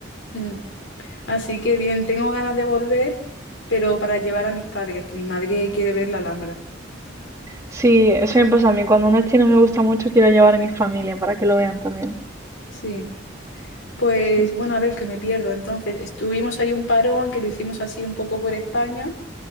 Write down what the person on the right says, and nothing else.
Sí, eso me pasa a mí, cuando un destino me gusta mucho quiero llevar a mi familia para que lo vean también.
Sí.